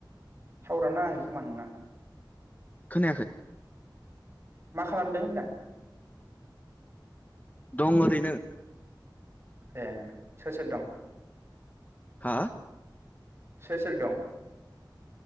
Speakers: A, on the right; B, on the left.
A: थावारानो नाङाखै खोमा नोंना।
B: खोनायाखै।
A: मा खालामदों होनदां?
B: दं ओरैनो।
A: ए सोर सोर दं?
B: हा?
A: सोर सोर दं?